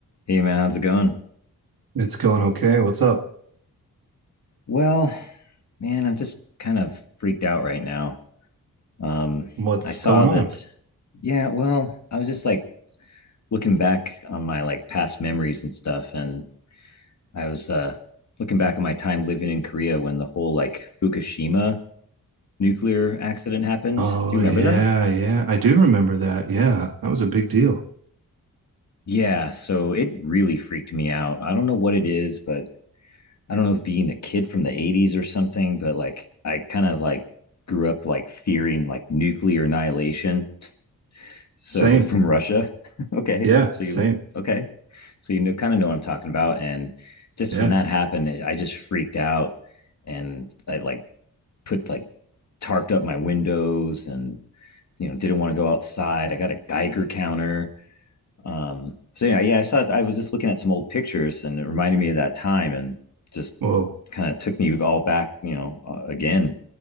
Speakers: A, on the left; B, on the right.
A: Hey man, how's it going?
B: It's going okay. What's up?
A: Well, man, I'm just kind of freaked out right now. Um,
B: What's
A: I saw
B: going
A: that,
B: on?
A: yeah, well, I was just like looking back on my like past memories and stuff, and I was uh looking back at my time living in Korea when the whole like Fukushima nuclear accident happened.
B: Oh,
A: Do you remember
B: yeah,
A: that?
B: yeah. I do remember that. Yeah, that was a big deal.
A: Yeah, so it really freaked me out. I don't know what it is, but I don't know if being a kid from the 80s or something, but like I kind of like grew up like fearing like nuclear annihilation. So
B: Same.
A: from Russia. <laughs> okay.
B: Yeah,
A: So
B: same.
A: you okay. So you know kind of know what I'm talking about. And just
B: Yeah.
A: when that happened, I just freaked out and I like put like tarped up my windows and you know didn't want to go outside. I got a Geiger counter um, so yeah, yeah, I saw. it. I was just looking at some old pictures, and it reminded me of that time, and just
B: Whoa.
A: kind of took me all back, you know, uh, again.